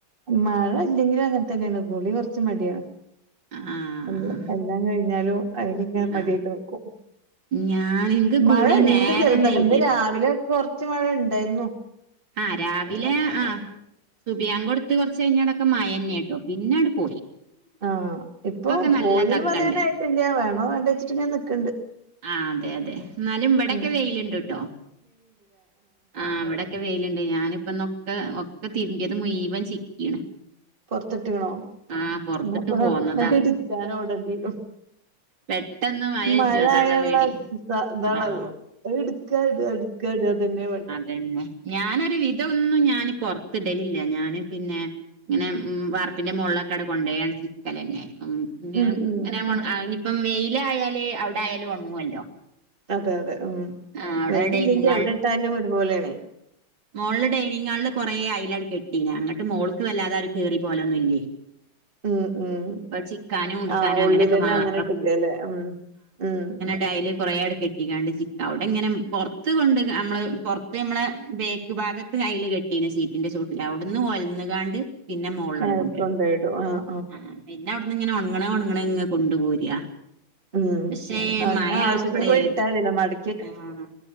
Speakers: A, on the right; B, on the right.
A: മഴ ഇല്ലെങ്കിലും അങ്ങൻതന്നെയാണ് കുളി കൊറച്ച് മടിയാ
B: ആഹ്
A: ഹ്മ്മ് എല്ലാ കഴിഞ്ഞാലും അയ്ന്ങ്ങനെ മടിയായ്ട്ട്
B: ആഹ്
A: നിക്കും
B: ഞാൻ ഇൻക്ക്
A: മഴണ്ട്
B: കുളി നേരം
A: ചെറുത
B: വൈകരുത്
A: ഇന്ന് രാവിലെ കൊറച്ച് മഴണ്ടായ്രുന്നു
B: ആഹ് രാവിലെ ആഹ് സുബയാങ്കൊട്ത്ത് കൊറച്ചയ്ഞ്ഞാലൊക്കെ മഴന്നെട്ടോ പിന്നങ്ങട്ട് പോയി
A: ആഹ് ഇപ്പം
B: ഇപ്പൊക്കെ നല്ല
A: പോയിന്ന്
B: തക്കണ്ട്
A: പറയാനായിട്ടില്ല വേണോ വേണ്ടേച്ചിട്ട്ങ്ങനെ നിക്ക്ണ്ട്
B: ആഹ് അതെ, അതെ ഇന്നാലും ഇവടൊക്കെ
A: ഉം
B: വെയില്ണ്ട്ട്ടോ ആഹ് ഇവടെ ക്കെ വെയില്ണ്ട്, ഞാനിപ്പന്നൊക്കെ ഒക്കെ തിരുമ്പിയത് മുഴുവൻ ചിക്കീണ്
A: പൊറത്ത്ട്ട്ക്ണോ?
B: ആഹ് പൊറത്തിട്ട്
A: ഇന്നാപ്പതാ
B: പോന്നതാ
A: ഇട്ക്കാനോടണ്ടീയരും
B: പെട്ടെന്ന് മഴജും
A: മഴ
B: അതാള്ള
A: ആയാൾള്ള
B: പേടി
A: ഇ ഇതാണത്.
B: ആഹ്
A: അത്ട്ക്കാ ഇടാ ഇട് ട്ക്കാടാ ഇതന്നെ പണി.
B: തന്നെ ഞാനൊരു വിധന്നും ഞാന് പൊർത്തിടലില്ല ഞാന് പിന്നെ. ഇങ്ങനെ ഉം വാർപ്പിന്റെ മോൾലക്കടെ കൊണ്ടേയണ് ക്കലന്നെ ഉം ങ്ങനെ
A: ഉം ഉം
B: നിപ്പം വെയ്ലായാല് അവിടായാലും ഒണങ്ങുവല്ലോ
A: അതെ അതെ ഉം
B: ആഹ് അവിടെ
A: വെയ്ലില്ലെങ്കി
B: ഡൈനിങ്
A: എവ്ടെട്ടാലും ഒരുപോലേണെ.
B: മോൾല് ഡൈനിങ് ഹാൾല് കുറേ അയ്ലട് കെട്ടീനാ അങ്ങട്ട് മോൾക്ക് വല്ലാതാരു കേറി പോലൊന്നുല്ലേയ്.
A: ഉം ഉം
B: ചിക്കാനും ഉടുക്കാനും
A: ആഹ് ഉള്ളിലന്നെ
B: അങ്ങനെയൊക്കെ മാത്രം
A: അങ്ങനെ ഇട്ട്ക്കാല്ലേ ഉം ഉം.
B: ട്ടയ്ല് കൊറേട് കെട്ടീക്കാണ്ട് ചി അവിടെ ഇങ്ങനെ പൊർത്ത് കൊണ്ട് നമ്മള് പുറത്ത് നമ്മളെ ബേക്ക് ഭാഗത്ത് ഐല് കെട്ടീന് സീറ്റിന്റെ ചോ ലവ്ട്ന്ന് ഒലന്ന്കാണ്ട് പിന്നെ മോൾളടെ
A: നേരക്ക്
B: കൊണ്ടേയ്ടും.
A: കൊണ്ടോയിടും ആഹ്
B: ആഹ് പിന്നെ അവിടുന്ന്ങ്ങനെ ഒൺങ്ണെ ഒൺങ്ണെ ഇങ് കൊണ്ട് പോരാ.
A: ഉം
B: പക്ഷേ ഈ
A: ആഹ്
B: മയ
A: ആവശ്യത്തിന്
B: ആവുമ്പളേ?
A: <unintelligible>
B: ആഹ്